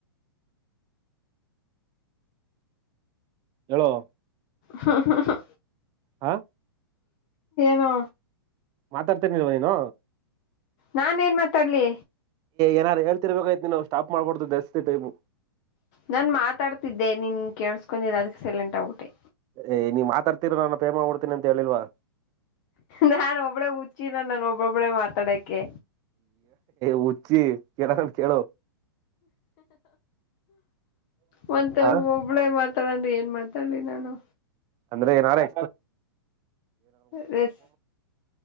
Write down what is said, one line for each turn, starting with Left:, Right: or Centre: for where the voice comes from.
Right: ಹೇಳಲೋ
Left: ಹಾ ಹಾ ಹಾ
Right: ಹಾ
Left: ನು
Right: ಮಾತಾಡ್ತರ್ನಿಲ್ವ ನೀನು
Left: ನಾನ್ ಏನ್ ಮಾತಾಡ್ಲಿ
Right: ಏನಾರು ಹೇಳ್ತಿರ್ಬೇಕೈತಿ ನಾವುಟಾಪ್ ಮಾಡಕಡೋದು ದಧರ್ತೈತೆ ಇವು
Left: ನನ್ ಮಾತಾಡ್ತಿದ್ದೆ ನೀನ್ ಕೇೇಳಸ್ಕೊಂಡಿದೆ ಅದಕ್ಕೆ ಸೈಲೆಂಟ್ ಗಟೆ
Right: ಏ ನೀವ್ ಮಾತಾಡ್ತೀರ ನಾನು ಪ್ರೇಮ ಹಡ್ತೀನಿ ಅಂತ ಹೇಳಿಲ್ವಾ
Left: ನಾನ್ ಒಬ್ಬಳೆ ಹುಚ್ಚಿನ ನಾನು ಒಬ್ಬೊಬ್ಬಳೆ ಮಾತಾಡಕೆ
Right: ಹಚ್ಚಿ ಕೆೇಳ ಕೇಳೋ
Left: ಮತ್ತೆ
Right: ಹ
Left: ಒಬ್ಬಳೇ ಮಾತಾಡಂದ ಏನ್ ಮಾತ ಲಿ ನಾನು
Right: ಅಂದ್ರೆ ನಾರೆೆ
Left: ರೆಸ್